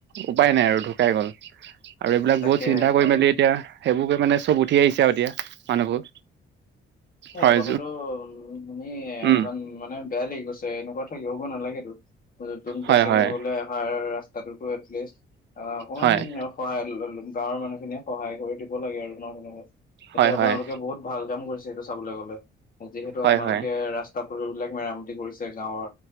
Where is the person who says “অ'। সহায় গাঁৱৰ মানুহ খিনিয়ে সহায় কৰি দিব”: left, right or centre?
Left